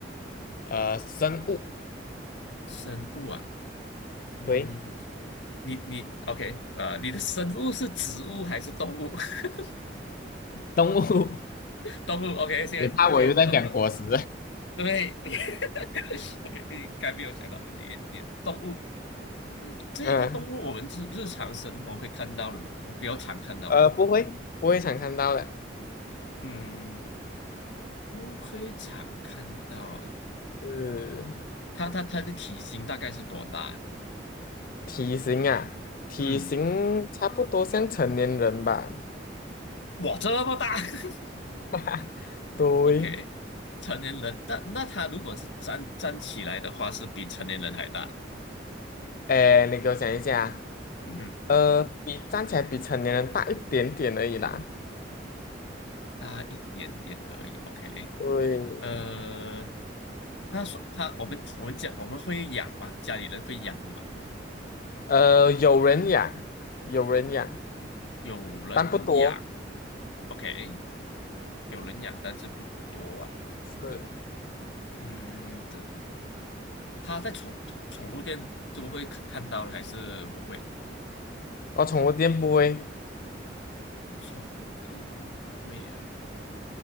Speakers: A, on the left; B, on the left.
A: 呃，生物，
B: 生物啊，嗯，
A: 对，
B: 你你 OK，呃，你的生物是植物还是动物？<laughs>
A: 动物，
B: 动物，OK，
A: <laughs>
B: 现在现在是动物。
A: 你怕我又在讲果实？
B: 对，你 <laughs> OK，你该没有想到你你动物。嗯，这个动物我们日日常生活会看到的嘛，
A: <laughs> 嗯，
B: 比较常看到吧。
A: 呃，不会，不会常看到的。
B: 嗯，不会常看到啊。
A: 是
B: 它它它的体型大概是多大啊
A: 体型啊，体型差不多像成年人吧。
B: 嗯，哇，这么大 <laughs>
A: <laughs> 对，
B: ！OK，成年人，但那它如果是站站起来的话，是比成年人还大。
A: 哎，你给我想一下啊
B: 嗯哼，
A: 呃，比站起来比成年人大一点点而已啦。
B: 大一点点而已。OK，
A: 对，
B: 呃，他说他我们我们讲我们会养吗？家里人会养的吗？
A: 呃，有人养，有人养，
B: 有人养。
A: 但不多。
B: OK。有人养，但是不多啊。
A: 是，
B: 嗯，它它在宠宠物店就会看看到了，还是不会？
A: 哦，宠物店不会。
B: 宠物店不会呀、